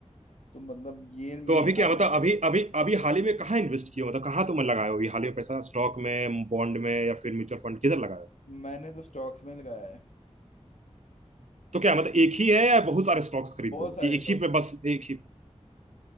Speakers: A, on the left; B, on the right.
A: तो मतलब ये मेन
B: तो अभी क्या बता अभी अभी अभी हाल ही में कहाँ इन्वेस्ट किया हो, मतलब कहाँ तुम लगाए हो अभी हाल ही में पैसा स्टॉक में बॉन्ड में या फिर म्यूचुअल फंड किधर लगाए हो
A: मैंने तो स्टॉक्स में ही लगाया है
B: तो क्या मतलब एक ही है या बहुत सारे स्टॉक्स खरीदते
A: बहुत
B: हो
A: सारे
B: कि
A: स्टॉक
B: एक ही पे बस एक ही